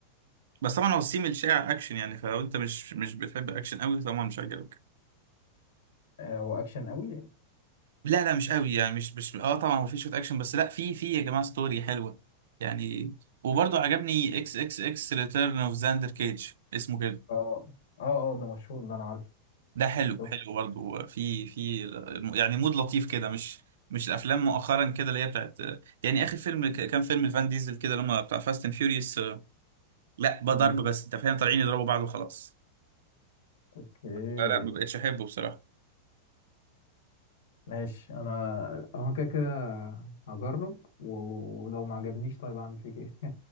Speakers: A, on the right; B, on the left.
A: بس طبعا هو السيم الشائع اكشن يعني فلو انت مش مش بتحب اكشن قوي طبعا مش هيعجبك
B: آه، هو اكشن قوي
A: لا لا مش قوي يعني مش مش اه طبعا هو في شويه اكشن بس لا في في يا جماعه ستوري حلوه يعني وبرضه عجبني اكس اكس اكس ريتيرن اوف زاندر كيج اسمه كده
B: اه اه اه ده مشهور ده انا عارفه
A: ده حلو
B: شفته
A: حلو برضه في في يعني مود لطيف كده مش مش الافلام مؤخرا كده اللي هي بتاعت يعني اخر فيلم ك- كان فيلم الفان ديزل كده لما بتاع فاست اند فيوريوس لا بقى
B: مم.
A: ضرب بس انت فاهم طالعين يضربوا بعض وخلاص
B: اوكي
A: فلا ما بقتش احبه بصراحه
B: ماشي انا هو كده كده هجرب و- ولو ما عجبنيش طيب اعمل فيك ايه